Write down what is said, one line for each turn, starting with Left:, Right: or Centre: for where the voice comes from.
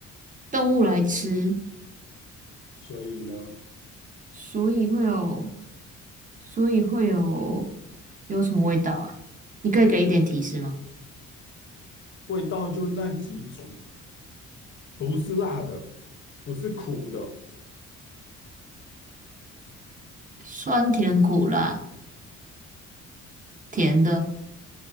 Right: 动物来吃，
Left: 所以呢，
Right: 所以会有。所以会有有什么味道啊？你可以给一点提示吗？
Left: 味道就那几种，不是辣的，不是苦的。
Right: 酸甜苦辣，甜的，